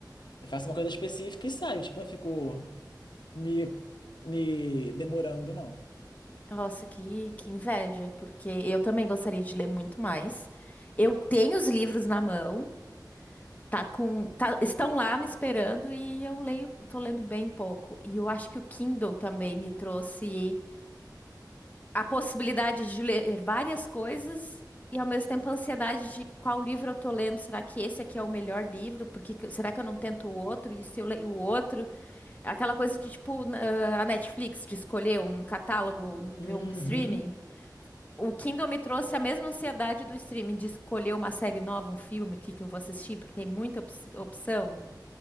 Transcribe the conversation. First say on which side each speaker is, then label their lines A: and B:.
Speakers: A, on the left; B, on the left.
A: Eu faço uma coisa específica e saio, tipo, eu não fico me, me demorando, não.
B: Nossa, que, que inveja, porque eu também gostaria de ler muito mais. Eu tenho os livros na mão, tá com, tá- estão lá me esperando e eu leio, tô lendo bem pouco. E eu acho que o Kindle também me trouxe a possibilidade de ler várias coisas e ao mesmo tempo a ansiedade de qual livro eu tô lendo. Será que esse aqui é o melhor livro? Porque que- será que eu não tento o outro? E se eu leio o outro? É Aquela coisa de tipo na- a Netflix de escolher um catálogo,
A: Uhum.
B: ver um streaming. O Kindle me trouxe a mesma ansiedade do streaming, de escolher uma série nova, um filme, o que que eu vou assistir, porque tem muita op- opção.